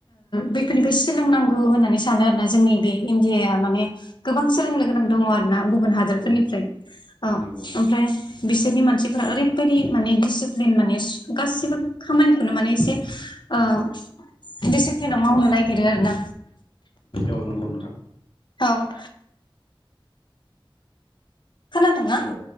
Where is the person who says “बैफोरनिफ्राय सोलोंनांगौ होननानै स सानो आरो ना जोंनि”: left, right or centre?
Left